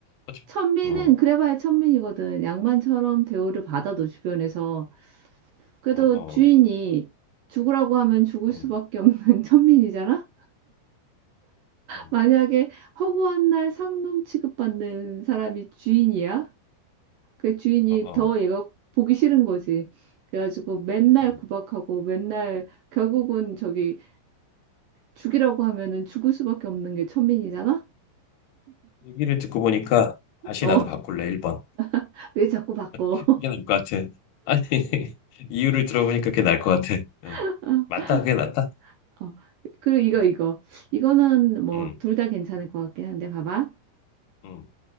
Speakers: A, on the left; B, on the right.
A: 그치?
B: 천민은
A: 어,
B: 그래봐야 천민이거든. 양반처럼 대우를 받아도 주변에서 그래도
A: 음, 어, 어,
B: 주인이 죽으라고 하면 죽을
A: 음,
B: 수밖에 없는 <laughs> 천민이잖아.
A: 음,
B: 만약에 허구한 날 상놈 취급받는 사람이 주인이야? 그 주인이
A: 어, 어,
B: 더 얘가 보기 싫은 거지. 그래가지고 맨날
A: 음.
B: 구박하고 맨날 결국은 저기 죽이라고 하면은 죽을 수밖에 없는 게 천민이잖아?
A: 얘기를 듣고 보니까 다시
B: 어,
A: 나도 바꿀래 1번
B: <laughs> 왜 자꾸 바꿔?
A: 그게 <laughs> 나을 것 같아 아니 <laughs> 이유를 들어보니까 그게 나을 것 같아 어.
B: <laughs>
A: 맞다 그게 낫다
B: 어, 그리고 이거
A: 음,
B: 이거 이거는 뭐
A: 음,
B: 둘 다 괜찮을 것 같긴 한데 봐봐
A: 음,